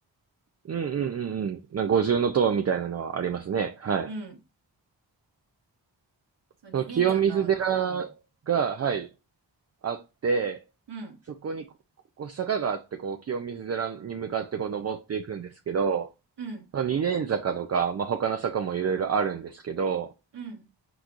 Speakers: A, on the right; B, on the right.
A: うんうんうんうん。な五重の塔みたいなのはありますね。はい。
B: うん。そう、二年坂は、
A: その清水寺が、
B: うん。
A: はい、あって、
B: うん。
A: そこにこ、こう坂があって、こう、清水寺に向かってこう登っていくんですけど、
B: うん。
A: その二年坂とか、まあ、他の坂もいろいろあるんですけど、
B: うん。